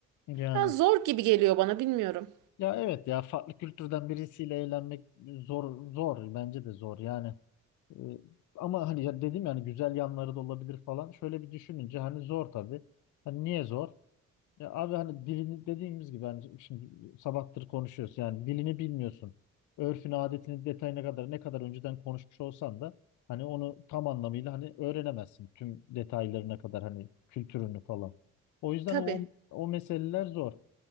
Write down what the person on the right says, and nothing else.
Ya zor gibi geliyor bana bilmiyorum.
Tabii.